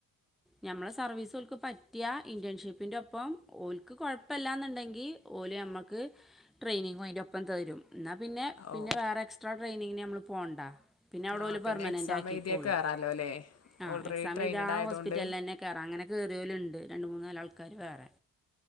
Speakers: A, in the centre; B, on the left.
A: ഞമ്മളെ സർവീസു ഓൽക്ക് പറ്റ റ്റിയാൽ ഇന്റേൺഷിപ്പിന്റെ ഒപ്പം ഓൽക്ക് കൊഴപ്പല്ലാന്നുണ്ടെങ്കിൽ ഓല് ഞമ്മക്ക് ട്രെയിനിങ് അയിന്റെ ഒപ്പം തരും എന്നാൽ പിന്നെ പിന്നെ
B: ഓ
A: വേറെ എക്സ്ട്രാ ട്രെയിനിങ്ങിന് നമ്മള് പോണ്ട പിന്നെ അവിടെ
B: ആ
A: ഓല്
B: പിന്നെ
A: പെർമനൻറ്
B: എക്സാം
A: ആക്കിക്കോളും
B: എഴുതിയാ കേറാലോ അല്ലേ
A: ആഹ്
B: ഓൾറെഡി
A: എക്സാം
B: ട്രെയിനഡ്
A: എഴുതിയ ആ
B: ആയതുകൊണ്ട്
A: ഹോസ്പിറ്റലിൽ തന്നെ കേറ അങ്ങനെ കയറി ഓല് ഉണ്ട് മൂന്ന് നാളാൾക്കാര് വേറെ